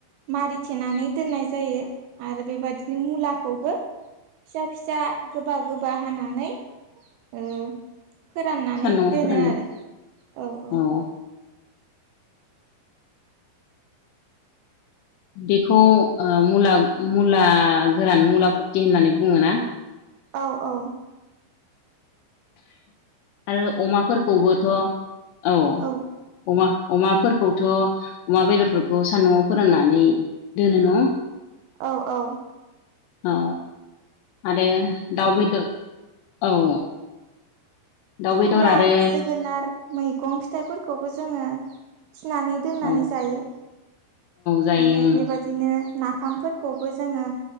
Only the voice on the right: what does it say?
मारिथेनानै दोननाय जायो आरो बेबादिनो मुलाखौबो फिसा फिसा गोबा गोबा हानानै ओ फोराननानै
दोनो
आरो औ
औ।
औ औ।
औ
औ औ।
खुमब्रा
जोगोनार मैगं फिथाइफोरखौबो जोङो फिनानै दोननानै
जायो
आरो बेबाय दिनो नाफामफोरखौबो जोङो